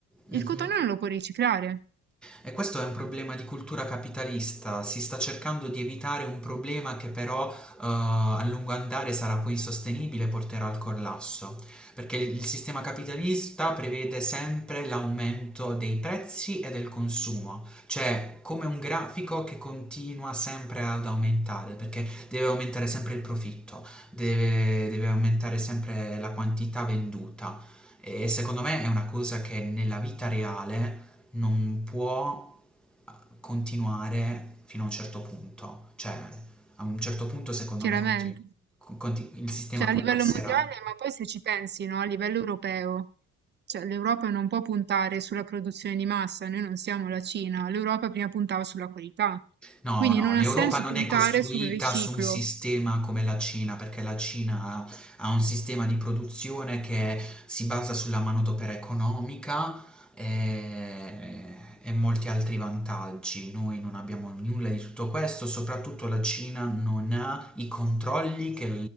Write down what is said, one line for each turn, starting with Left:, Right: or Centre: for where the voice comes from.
Centre: Mhm.
Right: il cotone non lo puoi riciclare,
Centre: E questo è un problema di cultura capitalista, si sta cercando di evitare un problema che però eh, a lungo andare sarà poi insostenibile e porterà al collasso, perché il sistema capitalista prevede sempre l'aumento dei prezzi e del consumo, cioè come un grafico che continua sempre ad aumentare, perché deve aumentare sempre il profitto, deve, deve aumentare sempre la quantità venduta. E secondo me è una cosa che nella vita reale non può eh, continuare fino a un certo punto, cioè a un certo punto secondo
Right: chiaramente.
Centre: me continu- con- conti- il sistema
Right: Cioè
Centre: collasserà.
Right: a livello mondiale, ma poi se ci pensi, no, a livello europeo, cioè l'Europa non può puntare sulla produzione di massa, noi non siamo la Cina, l'Europa prima puntava sulla qualità.
Centre: No,
Right: Quindi
Centre: no,
Right: non
Centre: l'Europa
Right: ha senso
Centre: non
Right: puntare
Centre: è costruita
Right: sul riciclo.
Centre: su un sistema come la Cina, perché la Cina ha, ha un sistema di produzione che si basa sulla manodopera economica e, e molti altri vantaggi. Noi non abbiamo nulla di tutto questo, soprattutto la Cina non ha i controlli che